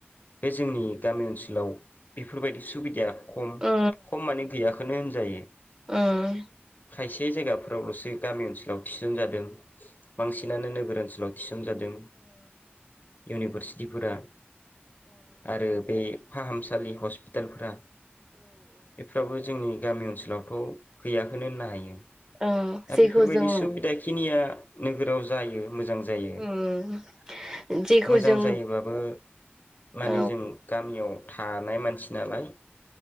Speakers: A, on the left; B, on the right.
A: बे जोंनि गामि ओनसोलाव बिफोरबायदि सुबिदाया खम
B: ओ
A: खम माने गैयाखोनो होनजायो
B: ओ
A: खायसे जायगाफोरावल'सो गामि ओनसोलाव थिसुन जादों। बांसिनानो नोगोर ओनसोलाव थिसन जादों इउनिभारसिटिफोरा आरो बे फाहामसालि हस्पि टालफोरा बेफ्राबो जोंनि गामि ओनसोलावथ' गैयाखोनो होननो हायो। दा
B: ओ जेखौ
A: बेफोरबायदि
B: जों
A: सुबिदा खिनिया नोगोराव जायो मोजां जायो
B: उम जेखौ
A: मोजां
B: जों
A: जायोब्लाबो माने
B: औ
A: जों गामियाव थानाय मानसि नालाय